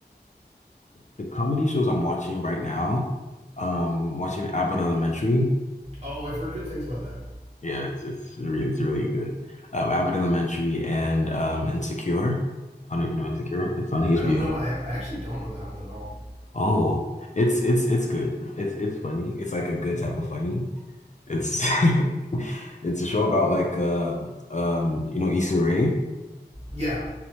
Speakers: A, on the left; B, on the right.
A: The comedy shows I'm watching right now, um, watching Abbott Elementary.
B: Oh, I've heard good things about that.
A: Yeah, it's it's really it's really good. Uh, Abbott Elementary and um Insecure. I don't know if you know Insecure. It's on HBO.
B: I don't know. I have, I actually don't know that one at all.
A: Oh, it's it's it's good. It's it's funny. It's like a good type of funny. It's <laughs> it's a show about like uh, um you know Issa Rae.
B: Yeah,